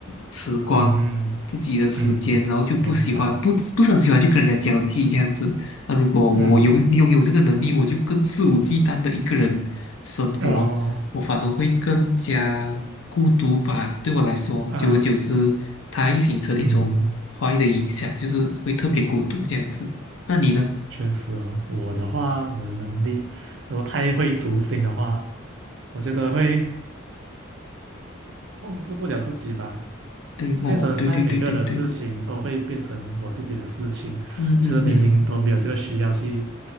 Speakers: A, on the left (about 75°); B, on the right (about 60°).
A: 时光、
B: 嗯
A: 自己的时间，
B: 嗯，
A: 然后就不喜欢，
B: 明白，
A: 不不是很喜欢去跟人家交际这样子。那如果我拥拥有这个能力，
B: 嗯
A: 我就更肆无忌惮的一个人生活，
B: 哦
A: 我反而会更加孤独吧。对我来说，
B: 啊
A: 久而久之，它会形成一种坏的影响，
B: 嗯，
A: 就是会特别孤独这样子。那你呢？
B: 确实哦，我的话，我的能力，如果太会读心的话，我觉得会控制不了自己吧。
A: 对，哦，
B: 变成现在每个人的事情都会变成我自己的事情，
A: 对对对对对。嗯嗯嗯，
B: 其实明明都没有这个需要去